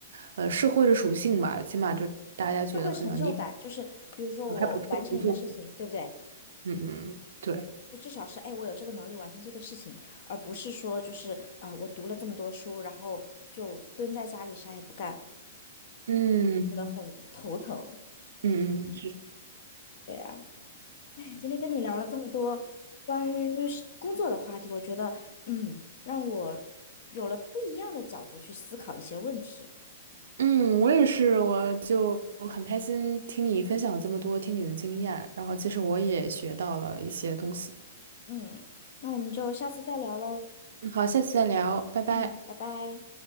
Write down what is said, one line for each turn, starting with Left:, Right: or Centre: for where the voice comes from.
Right: 呃，社会的属性吧，起码就大家觉得可能你
Left: 社会成就感就是比如说我完成一个事情，
Right: 还不错的工作，
Left: 对不对？
Right: 嗯嗯，对，
Left: 就至少是，哎，我有这个能力完成这个事情，而不是说就是啊、呃我读了这么多书，然后就蹲在家里啥也不干，
Right: 嗯。
Left: 觉得很头疼。
Right: 嗯嗯
Left: 对呀、哎，今天跟你聊了这么多关于是工作的话题，我觉得，嗯，让我有了不一样的角度去思考一些问题。
Right: 嗯，我也是，我就很开心听你分享了这么多，听你的经验，然后其实我也学到了一些东西。
Left: 嗯，那我们就下次再聊喽。
Right: 嗯好，下次再聊，拜拜。
Left: 嗯，拜拜。